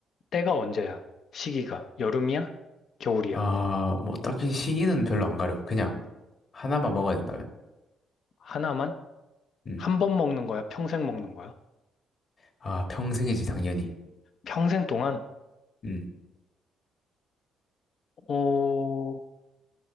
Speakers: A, on the left (about 60°); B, on the left (about 45°).
A: 때가 언제야? 시기가 여름이야? 겨울이야?
B: 아, 뭐, 딱히 시기는 별로 안 가려. 그냥 하나만 먹어야 된다면.
A: 하나만?
B: 음,
A: 한 번 먹는 거야? 평생 먹는 거야?
B: 아, 평생이지, 당연히.
A: 평생 동안?
B: 음,
A: 어,